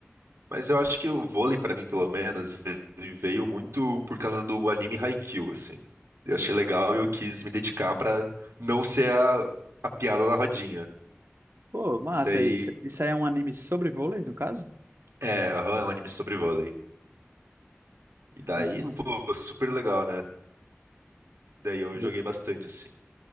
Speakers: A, on the right; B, on the right.
A: Mas eu acho que o vôlei, pra mim, pelo menos, ele veio muito por causa do anime Haikyuu, assim. Eu achei legal e eu quis me dedicar pra não ser a, a piada da rodinha.
B: Pô, massa,
A: E daí,
B: isso, isso aí é um anime sobre vôlei, no caso?
A: é, aham, é um anime sobre vôlei. E daí,
B: Muito massa.
A: pô, super legal, né? Daí eu
B: Vo-
A: joguei bastante, assim.